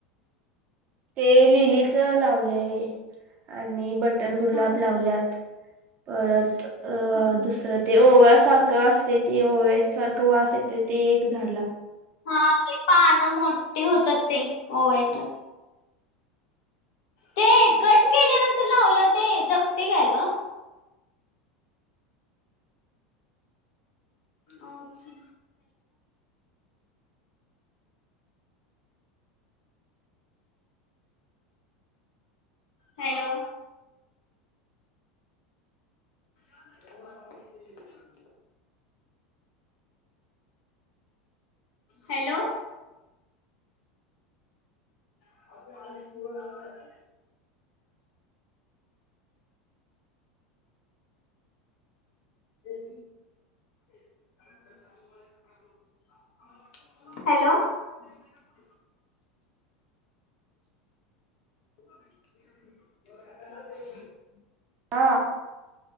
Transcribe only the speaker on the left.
हा
हा
हा ते पानं मोठी होतात ते ओव्याचं. ते कट केल्यानंतर लावल्यावर ते जगतयं काय ग? आमची हॅलो. <unintelligible> हॅलो. <unintelligible> <unintelligible> हॅलो. <unintelligible> <unintelligible>